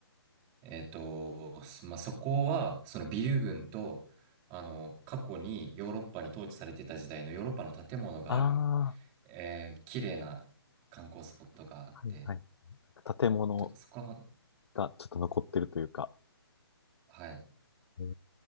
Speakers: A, on the right; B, on the left.
A: えっと、すまあ、そこは、そのビル群と、あの、過去にヨーロッパに統治されてた時代のヨーロッパの建物がある、
B: ああ、
A: えー、綺麗な観光スポットがあって、
B: はいはい。建物
A: と、そこはほん、
B: がちょっと残ってるというか。
A: はい。
B: へえ、